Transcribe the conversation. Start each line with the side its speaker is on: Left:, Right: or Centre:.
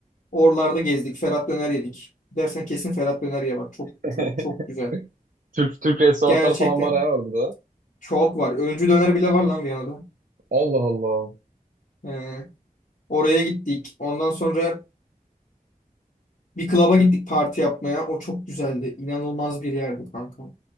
Left: Oralarda gezdik. Ferhat Döner yedik. Dersen kesin Ferhat Döner ye bak. Çok
Right: <laughs>
Left: çok çok güzel.
Right: Türk Türk restoranlar
Left: Gerçekten
Right: falan var ha orada da.
Left: Çok var. Öncü döner bile var lan Viyana'da.
Right: Allah Allah.
Left: Ee, oraya gittik. Ondan sonra bir klaba gittik parti yapmaya. O çok güzeldi. İnanılmaz bir yerdi kanka.